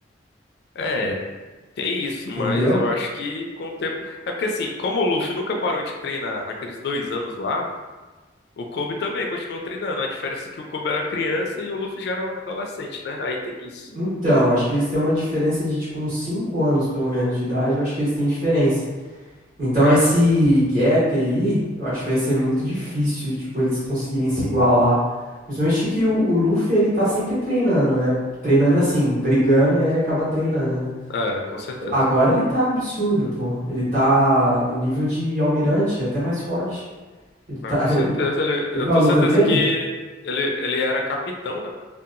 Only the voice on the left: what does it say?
É, tem isso,
mas eu acho que com o tempo. É porque assim, como o Luffy nunca parou de treinar naqueles dois anos lá. O Kobe também continuou treinando. A diferença é que o Kobe era criança e o Luffy já era um adolescente, né? Aí tem isso.
É,
é, com certeza.
Ah,
com certeza.
Ele,
eu
tenho
certeza
que ele, ele era capitão, né?